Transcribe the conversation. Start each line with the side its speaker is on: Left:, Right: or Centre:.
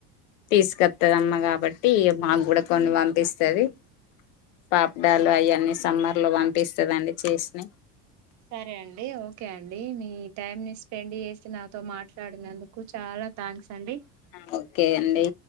Left: తీసుకత్తదమ్మ కాబట్టి మాకు కూడా కొన్ని పంపిస్ ఇస్తది పాప్ డాలు అయన్నీ సంబ లో పంపిస్తదండి చేసినయి
Right: సరే అండి ఓకే అండి ని ఈ టైమ్ ని స్పెండ్ చేసి నాతో మాట్లాడినందుకు చాలా థాంక్స్ అండి.
Left: ఆ ఓకే అండి